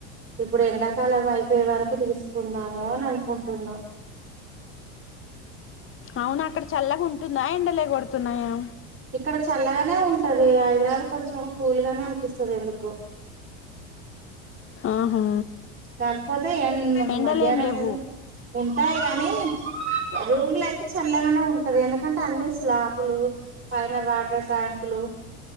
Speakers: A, on the right; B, on the left.
A: ఇప్పుడు ఎండాకాలం అయిపోయే వరకు తీసుకుందాము అని అనుకుంటున్నా
B: అవును అక్కడ చల్లగా ఉంటుందా ఎండలే కొడుతున్నాయా
A: ఇక్కడ చల్లగానే ఉంటది హైదరాబాద్ కొంచెం కూల్గానే అనిపిస్తది ఎందుకో
B: ఆహా
A: కాకపోతే ఏ
B: ఎండలేం
A: మధ్యాహ్నం
B: లేవు
A: టైమ్ లో ఉంటాయి కానీ రూమ్లా అయితే చల్లగానే ఉంటది ఎందుక కంటే అన్ని స్ స్లాపులు పైన వాటర్ ట్యాంకులు